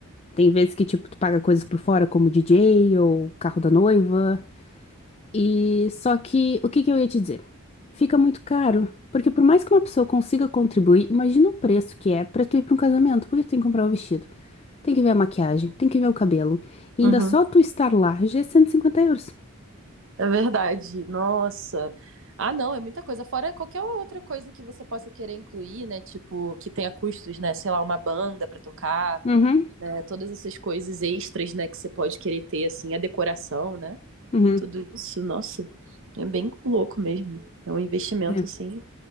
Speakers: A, on the left; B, on the right.
A: Tem vezes que, tipo, tu paga coisas por fora, como DJ ou carro da noiva. E só que o que que eu ia te dizer? Fica muito caro, porque por mais que uma pessoa consiga contribuir, imagina o preço que é pra tu ir pra um casamento, porque tu tem que comprar o vestido, tem que ver a maquiagem, tem que ver o cabelo, e ainda
B: Uhum.
A: só tu estar lá já é cento e cinquenta euros.
B: É verdade. Nossa. Ah, não, é muita coisa. Fora qualquer outra coisa que você possa querer incluir, né? Tipo, que tenha custos, né? Sei lá, uma banda pra tocar,
A: Uhum,
B: é, todas essas coisas extras, né? Que você pode querer ter, assim, a decoração, né?
A: uhum.
B: Tudo isso, nossa, é bem louco mesmo. É um investimento,
A: É,
B: assim.